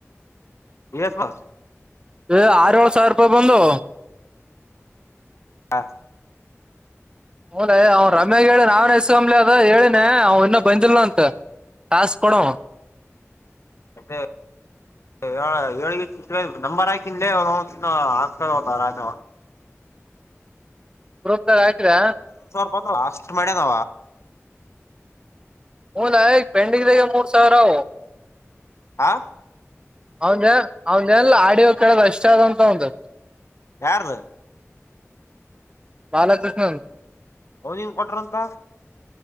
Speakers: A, on the left; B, on the right.
A: ಎಸ್ ಬಸ್
B: ಏ ಆರ ಏಳು ಸಾವಿರ ರೂಪಾಯಿ ಬಂದು
A: ಹಾ
B: ಹ ಅವ್ ರಮ್ಯಾಗ ಹೇಳಿ ನಾವನ್ ಎಸ್ಕಮ್ಲಿ ಅದ ಹೇಳನೆ ಅವ್ ಇನ್ನ ಬಂದಿಲ್ನ ಅಂತ ತಾಸಕಡೋ
A: ಮತ್ತೆ ಹೇಳ ನಂಬರ್ ಹಾಕಲೇ ಅವ ಹಾಕ್ಕೊಂಡತ ರಾಜವ
B: ಗ್ರೂಪ್್ದಾರ ಆಯತರಾ
A: ದ ಅಷ್ಟ್ ಮ್ಯನಾವ
B: ಹನ್ಯ ಪೆಂಡಿಂಗ್ದಾಗ ಮೂರ್ ಸಾವಿರ ಅ
A: ಆ
B: ಅವನ್ ಅವನ್ ಏನ ಆಡ ಕೇಳದು ಅಷ್ಟ ಅಂತ ಒಂದಂದು
A: ಯಾರ್ದು
B: ಬಾಲಕೃಷ್ಣನ್
A: ಹೌದಿಂಗ ಕೊಟ್ರಂತ